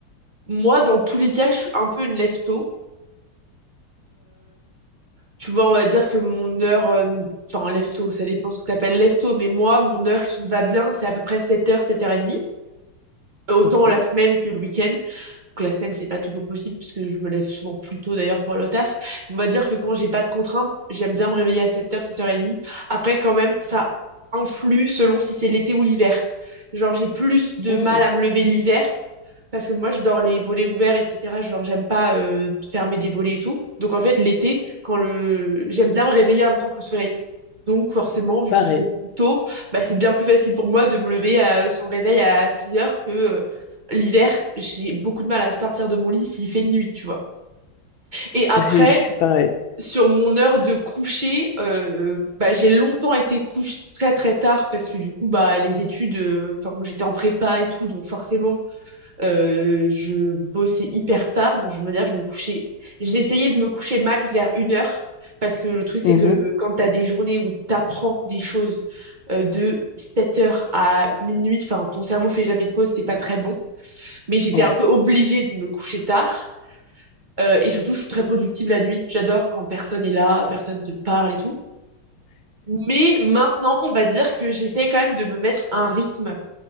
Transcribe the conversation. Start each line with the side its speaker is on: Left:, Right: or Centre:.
Right: Moi, dans tous les cas, je suis un peu une lève tôt. Tu vois, on va dire que mon heure, euh, enfin, lève-tôt, ça dépend ce que t'appelles lève-tôt, mais moi, mon heure qui me va bien, c'est à peu près sept heures sept heures et demie Euh, Autant
Left: Ok.
Right: la semaine que le week-end. Donc la semaine, c'est pas toujours possible puisque je me lève souvent plus tôt d'ailleurs pour aller au taf. On va dire que quand j'ai pas de contraintes, j'aime bien me réveiller à 7h, 7h30. Après, quand même, ça influe selon si c'est l'été ou l'hiver. Genre, j'ai plus de
Left: Hmm,
Right: mal à me lever l'hiver parce que moi je dors les volets ouverts etc genre j'aime pas euh, fermer des volets et tout donc en fait l'été quand le j'aime bien me réveiller en même temps que le soleil donc forcément vu
Left: Pareil.
Right: qu'il se lève plus tôt bah c'est bien plus facile pour moi de me lever à, sans réveil à 6 heures que euh, l'hiver j'ai beaucoup de mal à sortir de mon lit s'il fait nuit tu vois et après
Left: Je je suis pareil.
Right: sur mon heure de coucher euh, bah j'ai longtemps été couche très très tard parce que du coup bah les études euh, enfin j'étais en prépa et tout donc forcément euh, je bossais hyper tard, donc je veux dire, je me couchais. J'essayais de me coucher max vers une heure, parce que le truc,
Left: Mhm,
Right: c'est que quand t'as des journées où t'apprends des choses euh, de 7 heures à minuit, enfin, ton cerveau fait jamais de pause, c'est pas très bon. Mais j'étais
Left: Ouais.
Right: un peu obligée de me coucher tard. Euh, et surtout, je suis très productive la nuit. J'adore quand personne est là, personne te parle et tout. Mais maintenant, on va dire que j'essaie quand même de me mettre un rythme